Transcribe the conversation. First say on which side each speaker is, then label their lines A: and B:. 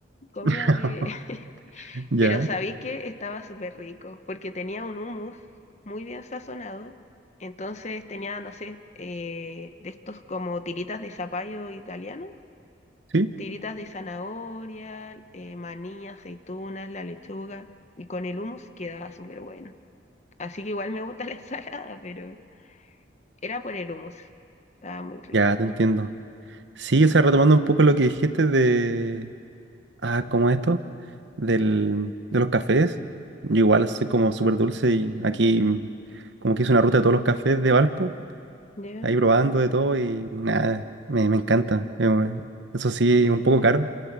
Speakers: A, on the left; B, on the right.
A: comida
B: <laughs>
A: de... <laughs>
B: Ya,
A: Pero sabéis que estaba súper rico, porque tenía un hummus muy bien sazonado. Entonces tenía, no sé, eh, de estos como tiritas de zapallo italiano
B: sí,
A: tiritas de zanahoria, eh, maní, aceitunas, la lechuga, y con el hummus quedaba súper bueno. Así que igual me gusta la <laughs> ensalada, pero era por el hummus. Estaba muy rico.
B: ya te entiendo. Sí,
A: Sí.
B: o sea, retomando un poco lo que dijiste de, Ah, como esto, del, de los cafés. Yo
A: Mm,
B: igual soy como súper dulce y aquí mm, como que hice una ruta de todos los cafés de Valpo,
A: ¿Ya?
B: ahí probando de todo y nada, me, me encanta. Eh, bueno, Eso sí, un poco caro,